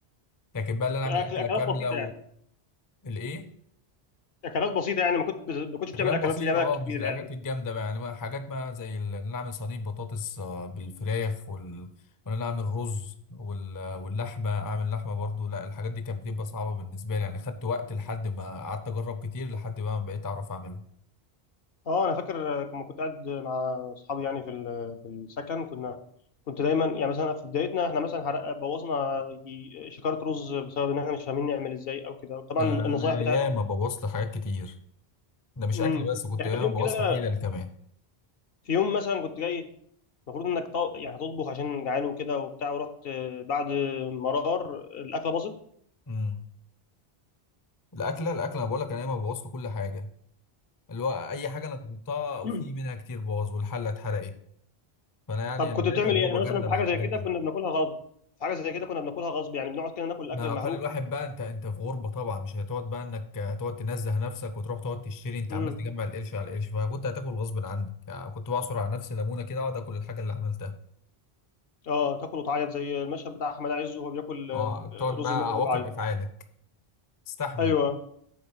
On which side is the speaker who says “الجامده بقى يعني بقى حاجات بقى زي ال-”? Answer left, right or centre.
Left